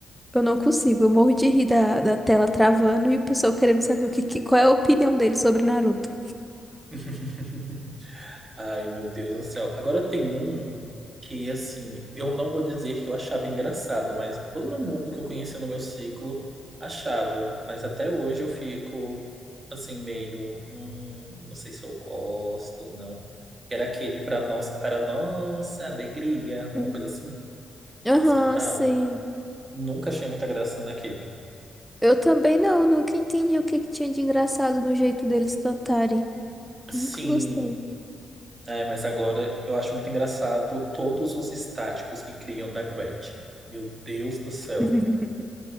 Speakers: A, in the centre; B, on the right.
A: eu não consigo. Eu morro de rir da, da tela travando e o pessoal querendo saber o que, que- qual é a opinião dele sobre Naruto.
B: <laughs> Ai, meu Deus do céu. Agora tem um que, assim, eu não vou dizer que eu achava engraçado, mas todo mundo que eu conhecia no meu ciclo achava. Mas até hoje eu fico, assim, meio, hum, não sei se eu gosto ou não. Que era aquele para nós, para nossa alegria, alguma
A: Hum.
B: coisa assim
A: Aham,
B: que eles cantavam.
A: sim.
B: Nunca achei muita graça naquele.
A: Eu também não, nunca entendi o que que tinha de engraçado no jeito deles cantarem.
B: Sim,
A: Nunca gostei.
B: ai, mas agora eu acho muito engraçado todos os estáticos que criam da Gretchen. Meu Deus do céu.
A: <laughs>